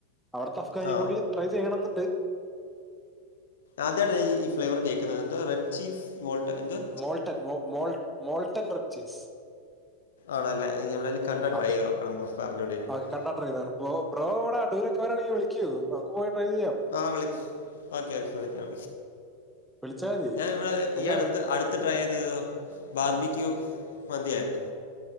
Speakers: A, in the centre; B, on the left.
A: അവിടുത്തെ അഫ്ഗാനി
B: ആ
A: കൂടി ട്രൈ ചെയ്യണമെന്നുണ്ട്
B: ആദ്യയിട്ടാ ഈ ഫ്ലേവർ കേൾക്കുന്നത് എന്തോ റെഡ് ചീസ് മോൾട്ട് എന്തുവാ
A: മോൾട്ടൻ മോ മോൾ മോൾട്ടൻ റിബ്ചീസ്
B: ആണല്ല നീ എവിടെലും കണ്ട ട്രൈ്
A: അതെ
B: ചെയ്‌തു നോക്കണം <unintelligible>
A: ഓക്കെ കണ്ടാ ട്രൈതാണ് ബ്രോ ബ്രോ വിടെ അടൂരൊക്കെ വരാണെങ്കിൽ വിളിക്കു നമക്ക് പോയി ട്രൈ ചെയ്യാം
B: ആഹ് വിളി ഓക്കെ ഓക്കെ വിളിക്ക
A: വിളിച്ചാൽ മതി
B: ഞാൻ ഇവിടെ
A: ഓക്കെ
B: ഈ അടുത്ത് അടു ട്രൈ ചെയ്തത് ബാർബിക്യൂ മന്തിയയിരുന്നു